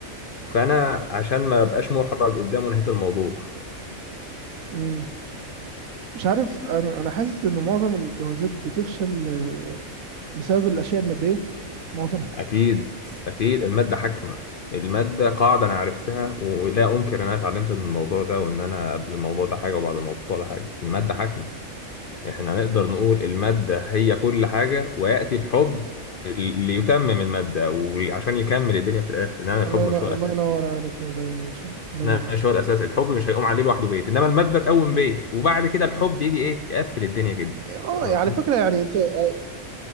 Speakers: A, on the left; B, on the right.
A: فانا عشان ما ابقاش محرج قدامه نهيت الموضوع
B: امم مش عارف انا انا حاسس ان معظم الجوازات بتفشل آه، بسبب الاشياء المادية معظمها
A: اكيد اكيد الماده حاكمه الماده قاعده انا عرفتها ولا انكر ان انا اتعلمت من الموضوع ده وان انا قبل الموضوع ده حاجه وبعد الموضوع ده حاجه الماده حاكمه احنا نقدر نقول الماده هي كل حاجه ويأتي الحب ليتمم المادة وعشان يكمل الدنيا في الآخر إنما الحب
B: الله
A: مش
B: ينور
A: هو الأساس
B: الله ينور عليك يا باشا الله
A: ماشي
B: ينور عليك
A: هو الاساس الحب مش هيقوم عليه لوحده بيت انما الماده تقوم بيت وبعد كده الحب يجي ايه يقفل الدنيا كده
B: اه
A: تمام
B: على فكرة يعني انت آه،